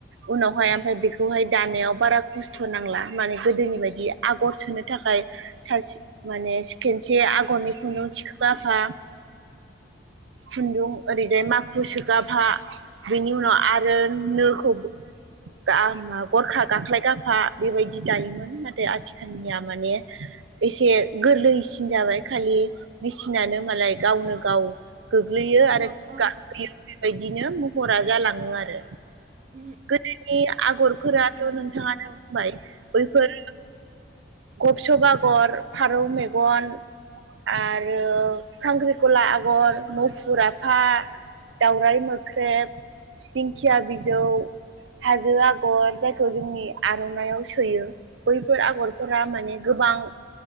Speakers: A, on the right; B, on the right.
A: उनावहाय आमफाय बेखौहाय दानायाव बारा खस्थ' नांला माने गोदोनि बायदि आगर सोनो थाखाय सासे माने सि खेनसे आगरनि खुन्दुं थिखो गाफा खुन्दुं ओरैजाय माखु सोगाफा बेनि उन आरो नोखौबो गा मा गरखा गाख्लायगाफा बेबायदि दायोमोन नाथाय आथिखालनिया माने एसे गोरलैसिन जाबाय खालि मेसिनानो मालाय गावनो गाव गोग्लैयो आरो
B: औ औ
A: गाखोयो बेबायदिनो महरा जालाङो आरो
B: उम
A: गोदोनि आगरफोराथ'
B: उम
A: नोंथाङानो
B: नंगौ
A: बुंबाय। बैफोर गबसब आगर फारौ मेगन आरो खांख्रिखला आगर मौफुर आफा दावराइ मोख्रेब दिंखिया बिजौ, हाजो आगर जायखौ जोंनि आर'नाइयाव सोयो। बैफोर आगरफोरा माने गोबां